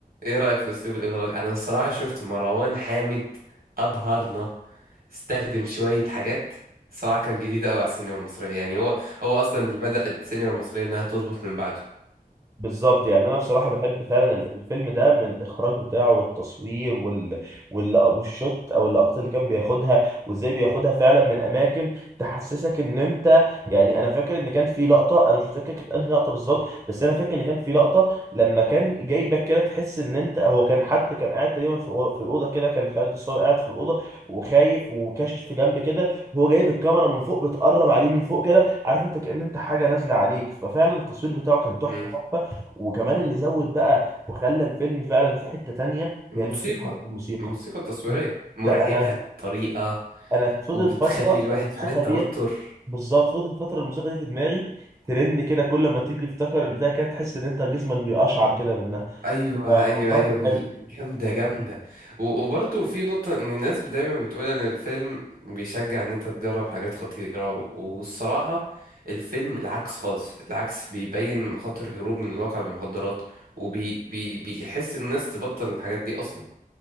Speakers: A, on the right; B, on the right.
A: ايه رأيك في اسلوب الاخراج انا الصراحة شفت مروان حامد ابهرنا استخدم شوية حاجات الصراحة كان جديدة قوي على السينما المصرية يعني هو هو اصلا اللي بدأ السينما المصرية انها تظبط من بعده
B: بالظبط يعني انا بصراحه بحب فعلا ال- الفيلم ده من الاخراج بتاعه والتصوير وال... وال... والشوت او اللقطات اللي كان بياخدها وازاي بياخدها فعلا من اماكن تحسسك ان انت يعني انا فاكر ان كان في لقطه انا مش متذكر كانت انهي لقطه بالظبط بس انا فاكر ان كان في لقطه لما كان جايبك كده تحس ان انت هو كان حد كان قاعد تقريبا في, أو- في الاوضه كده كان خالد الصاوي قاعد في الاوضه وخايف وكاشف في جنب كده وهو جايب الكاميرا من فوق بتقرب عليه من فوق كده عارف انت كأن انت حاجه نازله عليك ففعلا التصوير بتاعه كان تحفه
A: مم.
B: تحفه وكمان اللي زود بقى وخلى الفيلم فعلا في حتة تانية
A: الموسيقى
B: هي الموسيقى الموسيقى
A: الموسيقى التصويرية
B: انت
A: مرعبة
B: انا
A: بطريقة
B: انا فضلت
A: وبتخلي
B: فترة
A: الواحد
B: الموسيقى
A: في حالة توتر
B: ديت بالظبط فضلت فترة الموسيقى دي في دماغي ترن كده كل ما تيجي تفتكر البتاع كده تحس ان انت جسمك بيقشعر كده منها
A: ايوه
B: فبصراحة
A: ايوه ايوه
B: كان
A: بي
B: حلو
A: جامده جامده و- وبرضه في نقطه ان الناس دايما بتقول ان الفيلم بيشجع ان انت تجرب حاجات خطيره و- والصراحه الفيلم العكس خالص العكس بيبين مخاطر الهروب من الواقع بالمخدرات وبي بي بيحس الناس تبطل الحاجات دي اصلا